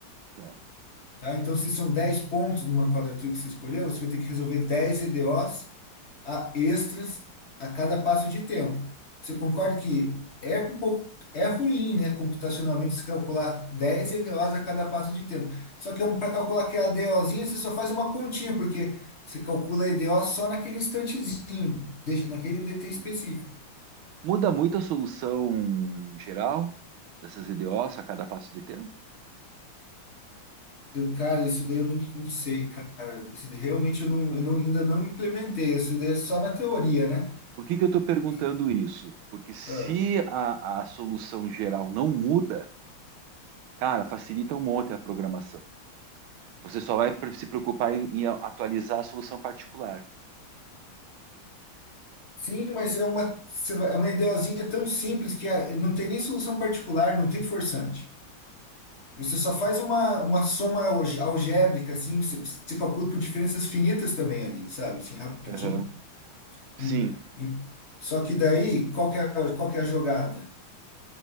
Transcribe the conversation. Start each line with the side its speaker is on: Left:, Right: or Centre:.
Right: tá.
Left: tá? Então, se são 10 pontos numa quadratura que você escolheu, você vai ter que resolver 10 EDOs a extras a cada passo de tempo. Você concorda que é um pouco é ruim, né, computacionalmente, se calcular 10 EDOs a cada passo de tempo. Só que para calcular aquela EDOzinha, você só faz uma continha, porque você calcula a EDO só naquele instantezinho, deixa naquele DT específico.
Right: Uhum. Muda muito a solução geral dessas IDOs a cada passo de tempo?
Left: Eu, cara, isso daí eu não, não sei, cara. Isso daí realmente eu, não, eu não- ainda não implementei. Isso daí é só na teoria, né?
Right: Por que que eu estou perguntando
Left: Que-
Right: isso? Porque se
Left: ah,
Right: a a solução geral não muda, Cara, facilita um monte a programação. Você só vai pre- se preocupar em, em atualizar a solução particular.
Left: Sim, mas é uma, é uma ideozinha tão simples que é- não tem nem solução particular, não tem forçante. Você só faz uma, uma soma alge- algébrica, assim, você, você calcula por diferenças finitas também ali, sabe? Assim, rapidinho.
Right: Aham. Sim,
Left: Em- em- Só que daí, qual que é, a- qual que é a jogada?